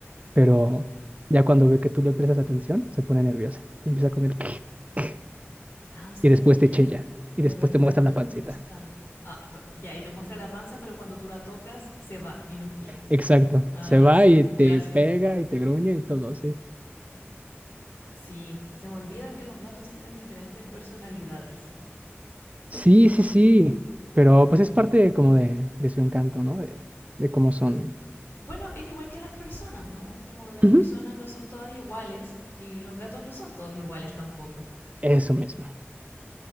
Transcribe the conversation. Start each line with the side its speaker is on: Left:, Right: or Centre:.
Right: pero ya cuando ve que tú le prestas atención, se pone nerviosa y empieza con el <clears throat>
Left: Ah, o sea
Right: y después
Left: que ella
Right: te chilla
Left: de
Right: y después
Left: verdad
Right: te muestra
Left: no
Right: la
Left: le
Right: pancita.
Left: gusta. Ah, p- ya, y te muestra la panza, pero cuando tú la tocas, se va y no quiere.
Right: Exacto,
Left: Ah,
Right: se va
Left: sí,
Right: y te
Left: clásico.
Right: pega y te gruñe y todo, sí.
Left: Sí, se me olvida que los gatos tienen diferentes personalidades.
Right: Sí, sí, sí, pero pues es parte como de, de su encanto, ¿no? De, de cómo son.
Left: Bueno, es igual que las personas, ¿no? Como las
Right: Ujú.
Left: personas no son todas iguales y los gatos no son todos iguales tampoco.
Right: Eso mismo.